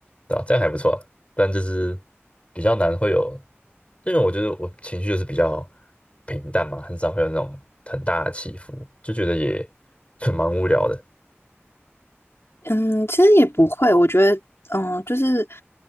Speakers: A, on the left (about 30°); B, on the left (about 65°).
A: 对吧？这样还不错啊但就是比较难会有，因为我觉得我情绪就是比较平淡嘛，很少会有那种很大的起伏，就觉得也 <laughs> 蛮无聊的
B: 嗯，其实也不会，我觉得，嗯，就是